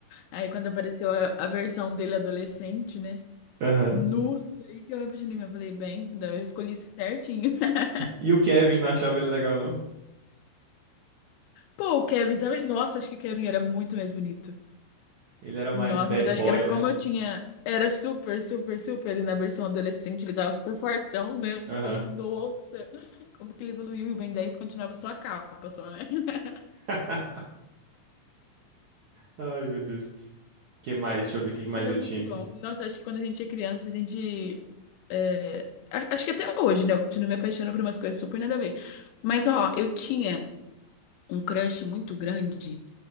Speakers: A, on the left (about 80°); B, on the right (about 65°).
A: Aí quando apareceu a, a versão dele adolescente, né?
B: Aham.
A: Nossa, aí que eu me apaixonei mesmo. Eu falei, bem, eu escolhi certinho. <laughs>
B: E o Kevin não achava ele legal, não?
A: Pô, o Kevin também. Nossa, acho que o Kevin era muito mais bonito.
B: Ele era
A: Nossa,
B: mais bad
A: mas acho
B: boy,
A: que era
B: né?
A: como eu tinha. Era super, super, super. E na versão adolescente ele tava super fortão, né?
B: Aham.
A: Eu falei, nossa, como que ele evoluiu? E o Ben 10 continuava só a capa, só, né? <laughs>
B: <laughs> Ai, meu Deus. Que mais? Deixa eu ver o que mais
A: Era
B: eu
A: muito
B: tinha aqui.
A: bom. Nossa, acho que quando a gente é criança, a gente. é, a- Acho que até hoje, né? Eu continuo me apaixonando por umas coisas super nada a ver. Mas, ó, eu tinha um crush muito grande